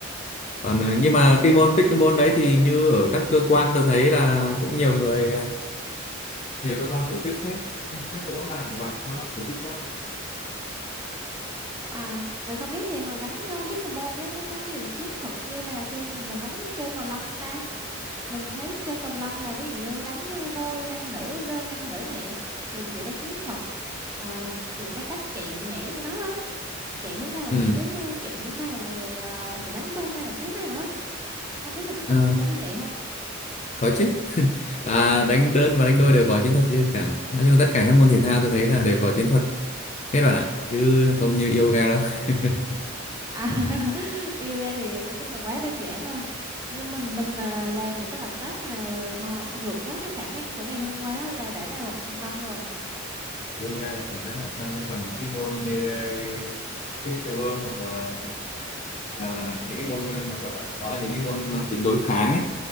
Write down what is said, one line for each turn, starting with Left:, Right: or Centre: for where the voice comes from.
Left: còn ờ,
Right: À.
Left: nhưng mà cái môn pickleball đấy thì như ở các cơ quan tôi thấy là cũng nhiều người ờ, nhiều cơ quan tổ chức hết mấy chỗ làm của bạn nó tổ chức đó
Right: À, mình không biết thì mình đánh ờ, pickleball ấy nó có nhiều chiến thuật như là khi mà mình đánh chơi cầu lông ta mình thấy chơi cầu lông là ví dụ như đánh ờ, đôi nam nữ đơn nam nữ nè thì sẽ có chiến thuật Ờ, thì cái cách chạy nhảy của nó á chạy hướng nào
Left: Ừ,
Right: nhảy hướng ờ, chạy hướng nào rồi ờ, sẽ đánh bên nào phía nào á không biết là pickleball
Left: ờ,
Right: có như vậy không
Left: có chứ <laughs> và đánh đơn và đánh đôi đều có chiến thuật riêng cả nói chung tất cả các môn thể thao tôi thấy là đều có chiến thuật hết bạn ạ chứ không như yoga đâu <laughs>
Right: À, <laughs> yoga thì nói chung là quá đơn giản rồi. Nếu mình mình mà làm những cái động tác mà ngò vượt quá cái khả năng của ngày hôm qua là đã là một thành công rồi.
Left: yoga là thể thao bản thân chứ còn những cái môn như ờ, pickleball hoặc là là, là những cái môn hoặc là đó là những cái môn mang tính đối kháng ấy.